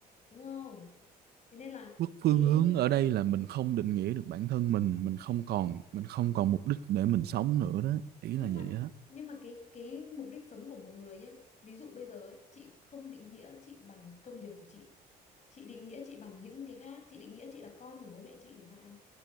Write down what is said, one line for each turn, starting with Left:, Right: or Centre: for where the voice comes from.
Left: đúng không? Thế nên là
Right: mất
Left: cái
Right: phương hướng ở đây là mình không định nghĩa được bản thân mình mình không còn mình không còn mục đích để mình sống nữa đó ý
Left: nhưng
Right: là
Left: mà
Right: vậy đó
Left: nhưng mà cái cái mục đích sống của một người nhá ví dụ bây giờ ấy, chị không định nghĩa chị bằng công việc của chị chị định nghĩa chị bằng những cái khác chị định nghĩa chị là con của bố mẹ chị chẳng hạn